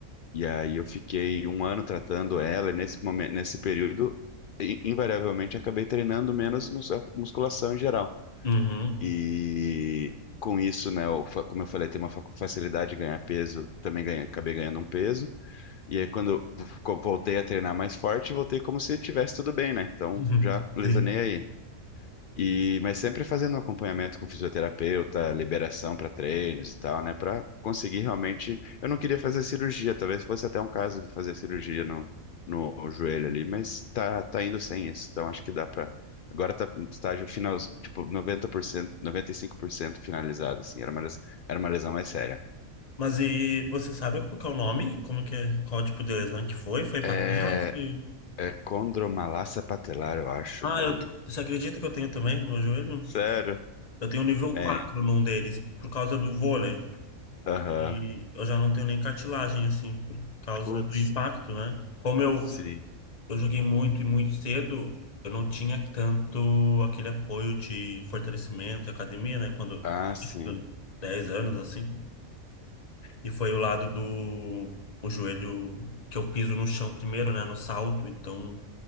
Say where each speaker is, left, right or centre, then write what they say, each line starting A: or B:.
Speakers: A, on the left; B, on the left.
A: E aí eu fiquei um ano tratando ela, e nesse momento, nesse período, i- invariavelmente acabei treinando menos mus- musculação em geral.
B: Uhum.
A: E com isso, né, eu fa- como eu falei, tem uma fa- facilidade de ganhar peso, também ganhei, acabei ganhando um peso. E aí quando eu vo- voltei a treinar mais forte, voltei como se tivesse tudo bem, né? Então
B: <laughs>
A: já lesanei
B: Sim.
A: aí. E, mas sempre fazendo um acompanhamento com fisioterapeuta, liberação para treinos e tal, né? Para conseguir realmente. Eu não queria fazer cirurgia, talvez fosse até um caso de fazer cirurgia no, no joelho ali, mas tá, tá indo sem isso. Então acho que dá para. Agora tá no estágio final, tipo noventa noventa por cento, noventa e cinco por cento finalizado, assim. Era uma, les- era uma lesão mais séria.
B: Mas e você sabe como que é o nome? Como que é, qual tipo de lesão que foi? Foi patela?
A: É,
B: Foi...
A: é condromalácia patelar, eu acho
B: Ah,
A: o nome.
B: eu, te- você acredita que eu tenho também no meu joelho?
A: Sério?
B: Eu tenho nível
A: É.
B: 4 num deles, por causa do vôlei.
A: Aham.
B: E eu já não tenho nem cartilagem, assim, por causa
A: Putz,
B: do impacto, né? Como eu,
A: sim.
B: eu joguei muito e muito cedo, eu não tinha tanto aquele apoio de fortalecimento e academia, né? Quando eu
A: Ah, sim.
B: tinha 10 anos, assim. E foi o lado do o joelho que eu piso no chão primeiro, né? No salto, então